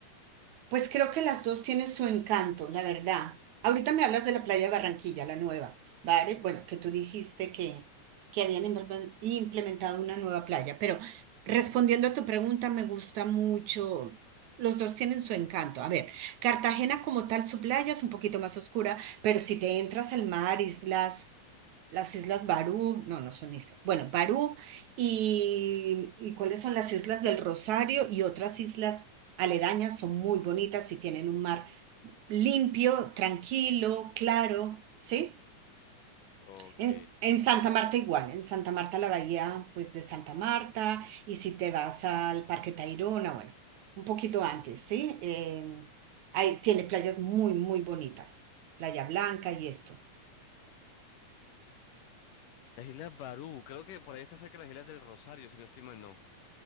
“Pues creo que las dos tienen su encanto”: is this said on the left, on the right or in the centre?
Right